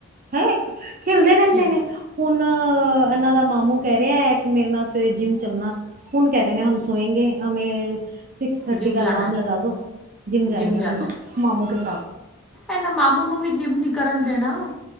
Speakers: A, on the right (about 40°); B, in the centre.
A: ਹੈ। ਖੇਲਦੇ ਰਹਿੰਦੇ
B: ਖੇਲ
A: ਨੇ ਹੁਣ ਇਹਨਾਂ ਦਾ ਮਾਮੂ ਕਹਿ ਰਿਹਾ ਕਿ ਮੇਰੇ ਨਾਲ ਸਵੇਰੇ ਜਿੰਮ ਚੱਲਣਾ। ਹੁਣ ਕਹਿ ਰਹੇ ਨੇ, ਹਮ ਸੋਏ ਗੇ, ਹਮੇ ਸਿਕਸ। ਥਰਟੀ
B: ਜਿੰਮ ਜਾਣਾ
A: ਅਲਾਰਮ ਲਗਾ ਦੋ, ਜਿਮ ਜਾਏਂਗੇ
B: ਜਿੰਮ ਜਾਣਾ
A: ਮਾਮੂ ਕੇ ਸਾਥ।
B: ਇਹਨਾਂ ਮਾਮੂ ਨੂੰ ਵੀ ਜਿਮ ਨੀ ਕਰਨ ਦੇਣਾ।